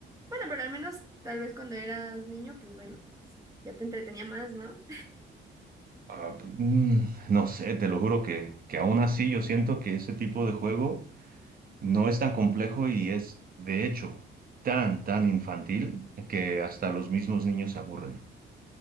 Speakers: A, on the right; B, on the right.
A: Bueno, pero al menos tal vez cuando eras niño, pues bueno, ya te entretenía más, ¿no?
B: Ah, p- mm, no sé, te lo juro que, que aún así yo siento que ese tipo de juego No es tan complejo y es, de hecho, tan, tan infantil que hasta los mismos niños se aburren.